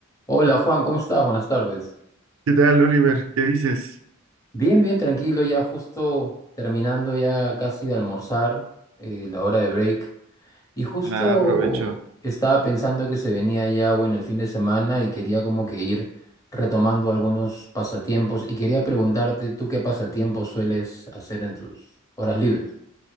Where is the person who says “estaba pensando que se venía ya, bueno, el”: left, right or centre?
Left